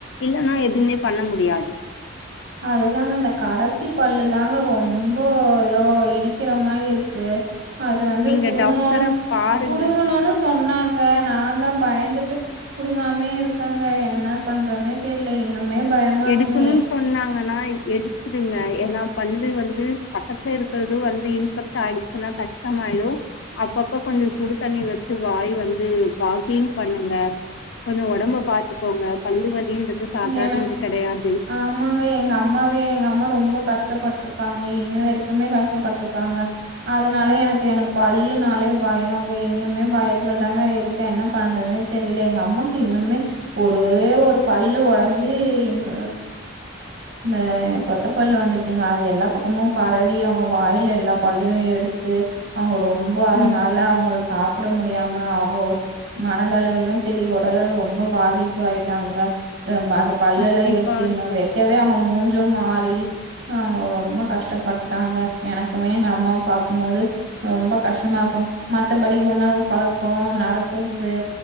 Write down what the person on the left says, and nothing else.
இல்லன்னா எதுவுமே பண்ண முடியாது
நீங்க
டாக்டர பாருங்க
எடுக்கணும்னு
சொன்னாங்கன்னா எடுத்துடுங்க ஏன்னா பல்லு வந்து பக்கத்துல இருக்குறது வந்து இன்ஃபெக் டாயிடுச்சுன்னா கஷ்டமாயிடும் அப்பப்ப கொஞ்சோ சுடு தண்ணி வச்சு வாய் வந்து காக்லிங் பண்ணுங்க கொஞ்சோ உடம்ப பாத்துக்கோங்க பல்லு வலின்றது சாதாரணது
கெடையாது
ம்
கண்டிப்பா
இருக்கு